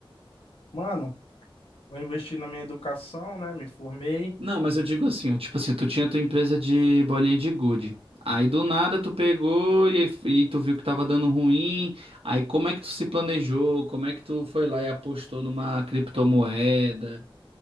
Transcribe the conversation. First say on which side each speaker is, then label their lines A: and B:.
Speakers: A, on the left; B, on the right.
A: Mano, eu investi na minha educação, né? Me formei.
B: Não, mas eu digo assim, ó, tipo assim, tu tinha tua empresa de bolinha de gude. Aí do nada tu pegou e, aí- e tu viu que tava dando ruim. Aí como é que tu se planejou? Como é que tu foi lá e apostou numa criptomoeda?